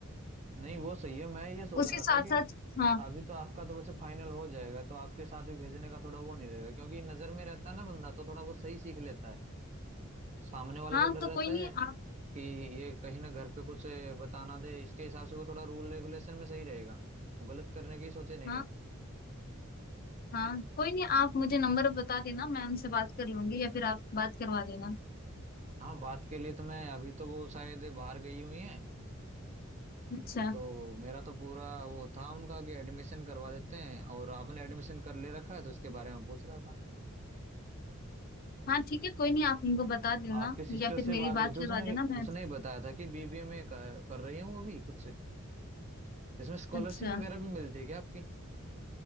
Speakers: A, on the right (about 35°); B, on the left (about 45°).
A: नहीं वो सही है मैं ये सोच
B: उसके
A: रहा
B: साथ
A: था कि
B: साथ हाँ
A: अभी तो आपका तो वैसे फाइनल हो जाएगा तो आपके साथ भी भेजने का थोड़ा वो नहीं रहेगा क्योंकि नजर में रहता है ना बंदा तो थोड़ा वो सही सीख लेता है सामने वाला
B: हाँ
A: को डर
B: तो
A: रहता
B: कोई नहीं
A: है
B: आप
A: कि ये कहीं ना घर पे कुछ अ, बताना दे इसके हिसाब से वो थोड़ा रूल रेगुलेशन में सही रहेगा वो गलत करने की सोचे नहींगा
B: हाँ हाँ कोई नहीं आप मुझे नंबर बता देना मैम से बात कर लूंगी या फिर आप बात करवा देना
A: हाँ बात के लिए तो मैं अभी तो वो शायद बाहर गई हुई हैं
B: अच्छा
A: तो मेरा तो पूरा वो था उनका कि एडमिशन करवा देते हैं और आपने एडमिशन कर ले रखा है तो इसके बारे में पूछ रहा था
B: हाँ ठीक है कोई नहीं आप उनको बता देना
A: आपके सिस्टर
B: या फिर
A: से
B: मेरी
A: बात
B: बात
A: हुई थी उसने
B: करवा देना मैं
A: उसने ही बताया था कि बीबीए में कर, कर रही है वो भी खुद से इसमें स्कॉलरशिप
B: अच्छा
A: वगैरह भी मिलती है क्या आपकी